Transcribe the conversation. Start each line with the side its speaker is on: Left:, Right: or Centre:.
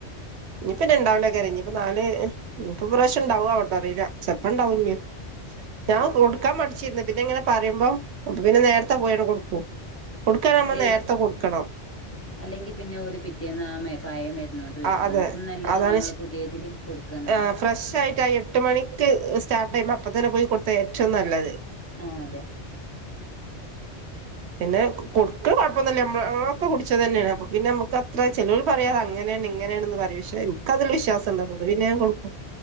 Right: ഇനിയിപ്പം ഉണ്ടാവെക്കാരം ഇനീപ്പം നാലു ഇനി ഇപ്പം പ്രാവശ്യം ഉണ്ടാവോ അറിയില്ല ചിലപ്പോ ഉണ്ടാവില്ല ഞാൻ
Left: ആഹ്
Right: കൊടുക്കാൻ മടിച്ചിന്ന് പിന്നെ ഇങ്ങനെ പറയുമ്പോ പിന്നെ നേരത്തെ പോയാണ് കൊടുക്കു കൊടുക്കണേൽ നമ്മൾ
Left: അല്ലെ
Right: നേരത്തെ കൊടുക്കണം
Left: അല്ലെങ്കി പിന്നെ ഓല് പിറ്റേന്ന് ആ മ പഴയ മരുന്നോണ്ട് വരും
Right: ആ അതെ
Left: അയിക്കും നല്ലത്
Right: അതാണ്
Left: നമ്മള് പുതിയതില് കൊടുക്കാ നല്ലത്
Right: ആ ഫ്രഷായിട്ട് ആ എട്ട് മണി സ്റ്റാർട്ട് ചെയ്യുമ്പോ അപ്പൊ തന്നെ കൊടുത്ത ഏറ്റവും നല്ലത്
Left: ആ അതെ
Right: പിന്നെ കൊടുക്ക കൊഴപ്പന്നില്ലമ്മ കുടിച്ചത് തന്നെയാണ് അപ്പൊ പിന്നെ നമക്ക് അത്ര ചിലവർ പറയാതെ അങ്ങനെയാണ് എങ്ങനെയാണെന്ന് പറയും പെ അതിൽ വിശ്വാസം ഉണ്ടാന്ന പിന്നെ ഞൻ കൊടുക്കും